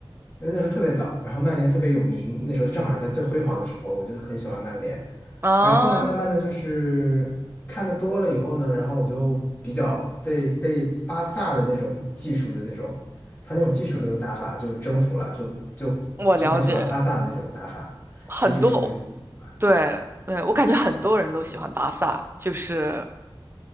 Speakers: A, on the left (about 25°); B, on the right (about 25°).
A: 因为那时候特别早，然后曼联特别有名，那时候正好是他最辉煌的时候，我就很喜欢曼联。
B: 啊，
A: 然后后来慢慢的就是看的多了以后呢，然后我就比较被被巴萨的那种技术的那种，他那种技术流的打法就征服了，就就就很喜欢巴萨的那种打法，
B: 我了解，很多，
A: 对这个球队就很喜欢。
B: 对对，我感觉很多人都喜欢巴萨，就是